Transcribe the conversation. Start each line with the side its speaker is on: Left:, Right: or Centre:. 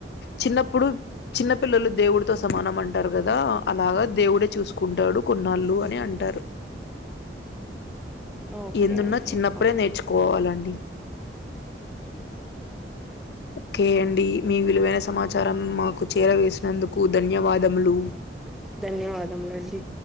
Left: చిన్నప్పుడు చిన్న పిల్లలు దేవుడితో సమానం అంటారు కదా అలాగా దేవుడే చూసుకుంటాడు కొన్నాళ్ళు అని అంట టారు
Centre: ఓకే
Left: ఎందున్నా
Centre: అండి
Left: చిన్నప్పుడే
Centre: అవును
Left: నేర్చుకోవాలండి. ఓకే అండి మీ విలువైన సమాచారం మాకు చేరవేసినందుకు ధన్యవాదములు
Centre: ధన్యవాదములండి